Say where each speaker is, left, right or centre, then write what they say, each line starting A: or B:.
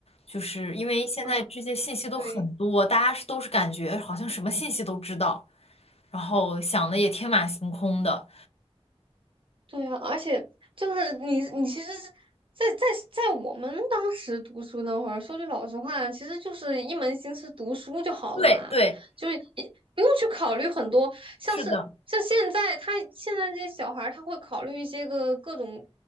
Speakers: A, on the left; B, on the right.
A: 就是因为现在这些信息都很多，
B: 嗯，对。
A: 大家是都是感觉好像什么信息都知道，然后想的也天马行空的。
B: 对啊，而且就是你，你其实是在在在我们当时读书那会儿，说句老实话，其实就是一门心思读书就好了嘛，
A: 对对，
B: 就是也不用去考虑很多，像是像现在他现在这些小孩儿他会考虑一些个各种
A: 是的，